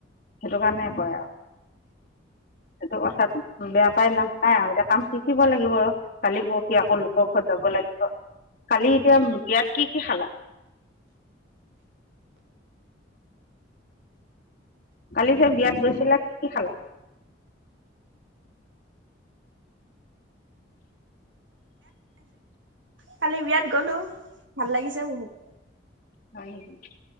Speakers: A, on the left; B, on the right.
A: সেইটো কাৰণে কৰে আও সেইটো কথাত বেয়া পাই লাভ নাই আৰু এতিয়া কাম শিকিব লাগিব কালি পৰহি আকৌ লোকৰ ঘৰত যাব লাগিব অ কালি এতিয়া বিয়াত কি কি খালা কালি যে বিয়াত গৈছিলা কি কি খালা
B: কালি বিয়াত গ'লো ভাল লাগিছে বহুত
A: হয় নেকি